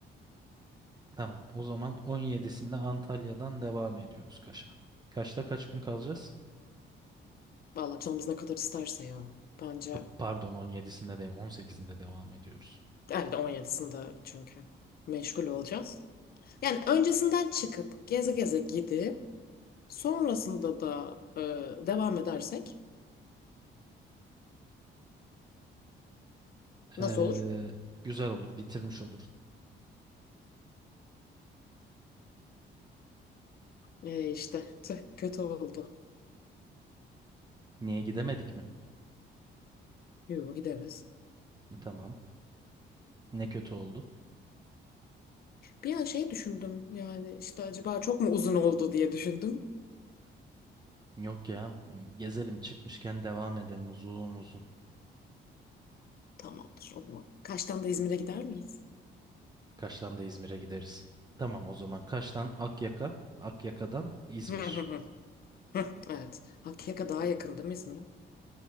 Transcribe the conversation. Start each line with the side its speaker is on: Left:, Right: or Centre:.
Right: Tamam. O zaman 17'sinde Antalya'dan devam ediyoruz Kaş'a. Kaş'ta kaç gün kalacağız?
Left: Valla canımız ne kadar isterse ya. Bence
Right: P- pardon 17'sinde değil 18'inde devam ediyoruz.
Left: evet on yedisinde çünkü meşgul olacağız. Yani öncesinden çıkıp geze geze gidip sonrasında da e, devam edersek Nasıl
Right: Ee,
Left: olur?
Right: güzel olur bitirmiş olur.
Left: Ee, işte tüh, kötü oldu.
Right: Niye gidemedik mi?
Left: Yo gideriz.
Right: Tamam. Ne kötü oldu.
Left: Bir an şey düşündüm yani işte acaba çok mu uzun oldu diye düşündüm.
Right: Yok ya. Gezelim çıkmışken devam edelim uzun uzun.
Left: Tamamdır o zaman. Kaçtan da İzmir'e gider miyiz?
Right: Kaş'tan da İzmir'e gideriz. Tamam o zaman Kaş'tan Akyaka, Akyaka'dan
Left: <laughs>
Right: İzmir.
Left: Hı hı hı. Hı, Evet. Hakkâ'ya daha yakın değil mi İzmir?